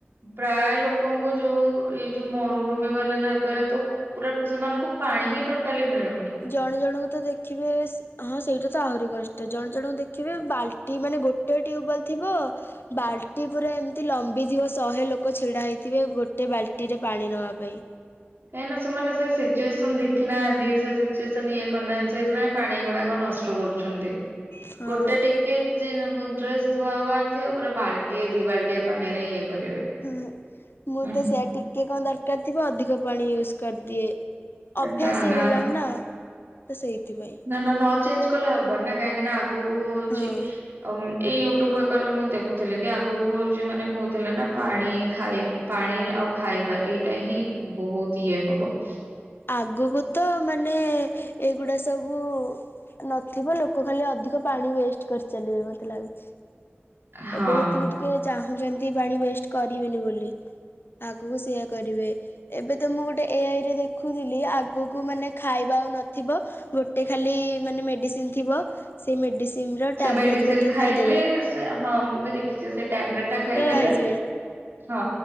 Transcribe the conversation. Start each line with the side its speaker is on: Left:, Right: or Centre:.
Right: ପ୍ରାୟ ଲୋକଙ୍କୁ ଯୋଉ ଏଇ ଯୋଉ ମରୁଭୂମି ବାଲା ଜାଗାରେ ତ ପୁରା ସେମାନଙ୍କୁ ପାଣି ପାଣି ହିଁ ଟୋଟାଲି ମିଳୁ
Left: ଜଣେ ଜଣଙ୍କୁ ତ ଦେଖିବେ ହଁ ସେଇଟା ତ ତ ଆହୁରି କଷ୍ଟ ଜଣେ ଜଣଙ୍କୁ ଦେଖିବେ ବାଲ୍ଟି ମାନେ ଗୋଟେ ଟ୍ୟୁବୱଲ ଥିବ। ବାଲ୍ଟି ପୁରା ଏମିତି ଲମ୍ବି ଥିବ ଶହେ ଲୋକ ଛିଡା ହେଇଥିବେ ଗୋଟେ ବାଲ୍ଟି ରେ ପାଣି ନବା ପାଇଁ
Right: କାହିଁକିନା ସେମାନେ ସେ ସିଚୁଏସନ ଦେଖିନାହାନ୍ତି। ସେ ସିଚୁଏସନ ଇଏ କରିନାହାନ୍ତି ସେଥିପାଇଁ ପାଣି ଗୁଡାକ ନ କଷ୍ଟ କରୁଚନ୍ତି
Left: ହଁ
Right: ଗୋଟେ ଟିକେ ଜି ଯୁ ଜୁନ୍ ଡ୍ରେସ ଧୁଆ ହବାର ଥିବ ପୁରା ବାଲ୍ଟି ଦିଇ ବାଲଟିଆ ପାଣିରେ ଇଏ କରିବେ।
Left: ହୁଁ ହୁ ମୁଁ
Right: ହୁଁ
Left: ତ
Right: ହୁଁ।
Left: ସେୟା ଟିକେ କଣ ଦରକାର ଥିବ ଅଧିକ ପାଣି ୟୁଜ୍ କରିଦିଏ। ଅଭ୍ୟାସ
Right: ବା
Left: ହେଇଗଲାଣି
Right: ନା
Left: ତ ସେଇଥିପାଇଁ।
Right: ନା ନା ନ ଚେଞ୍ଜ କଲେ ହବ ନି ନା। କାହିଁକିନା ଆଗକୁ ହଉଛି
Left: ହଁ
Right: ଏଇ ୟୁଟ୍ୟୁବ ହେକାରରୁ ମୁଁ ଦେଖୁଥିଲି କି ଆଗକୁ ହଉଛି ମାନେ <unintelligible> କହୁଥିଲେ ନା ପାଣି ଖାଇ ପାଣି ଆଉ ଖାଇବା ଏଇଟା ହିଁ ବହୁତ ଇଏ ହବ। <inaudible>
Left: ଆଗୁକୁ ତ ମାନେ ଏଇଗୁଡା ସବୁ ନଥିବ ଲୋକ ଖାଲି ଅଧିକ ପାଣି ୱେଷ୍ଟ କରି ଚାଲିବେ ମତେ ଲାଗୁଛି।
Right: ହଁ
Left: ଏବେ ଯେତିକି ଟିକେ ଚାହୁଁଛନ୍ତି ପାଣି ୱେଷ୍ଟ କରିବେନି ବୋଲି ଆଗୁକୁ ସେଇଆ କରିବେ। ଏବେ ତ ମୁଁ ଗୋଟେ ଏ ଆଇ ରେ ଦେଖୁଥିଲି ଆଗୁକୁ ମାନେ ଖାଇବା ଆଉ ନଥିବ, ଗୋଟେ ଖାଲି କି ମାନେ ମେଡ଼ିସିନ୍ ଥିବ, ସେ ମେଡିସିନ ର
Right: ସେ
Left: ଟାବଲେଟ୍
Right: ମେଡିସିନ
Left: ଗୋଟେ
Right: ଖାଇଲେ
Left: ଖାଇଦବେ।
Right: ସେ ହଁ ମୁଁ ବି ଦେଖିଛି ସେ ଟ୍ୟାବଲେଟ ଟା ଖାଇଦେଲେ
Left: ରହିଯିବେ।
Right: ହଁ